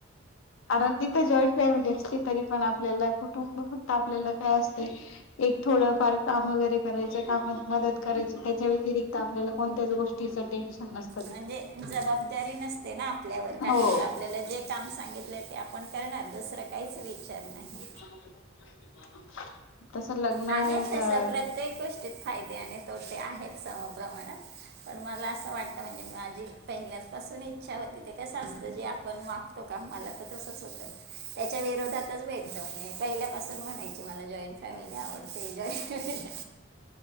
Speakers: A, on the left (about 80°); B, on the right (about 55°).
A: आनंदी तर जॉईंट फॅमिली तरी पण आपल्याला कुटुंब फक्त आपल्याला काय असत? एक थोडं फार काम वगैरे करायच, कामात मदत करायची त्याच्या व्यतिरिक्त आपल्याला कोण त्याच्या गोष्टी टेन्शन. नसतं तिथं
B: म्हणजे जबाबदारी नसते ना, आपल्यावर काही
A: हो
B: तर आपल्याला जे का सांगितलं ते आपण करणार दुसरं काहीच विचार
A: <unintelligible>
B: नाही
A: लग्न होऊन
B: आहे तस प्रत्येक गोष्टीत फायदे आणि तोटे आहेत. समप्रमाणात पण मला असं वाटतं, म्हणजे मी माझी पहिल्याच पासून इच्छ होती, ते कस असत जे आपण मागतो का मला तर तसच होतं, त्याच्या विरोधातच भेटत. पहिल्यापासून म्हणायची मला जॉईंट फॅमिली आवडते, जॉईंट फॅमिली